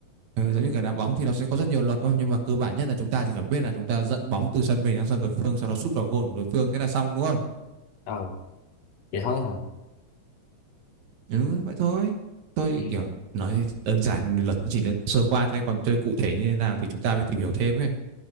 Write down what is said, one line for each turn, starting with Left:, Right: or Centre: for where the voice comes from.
Right: Ừ, giống như cái đá bóng thì nó sẽ có rất nhiều luật thôi nhưng mà cơ bản nhất là chúng ta sẽ cần biết là chúng ta dẫn bóng từ sân mình sang sân đối phương sau đó sút vào gôn của đối phương thế là xong đúng không
Left: ờ vậy thôi hả
Right: ừ, vậy thôi tôi
Left: ừ.
Right: kiểu nói đơn giản luật nó chỉ đến sơ qua thế còn chơi cụ thể như thế nào thì chúng ta mới tìm hiểu thêm ấy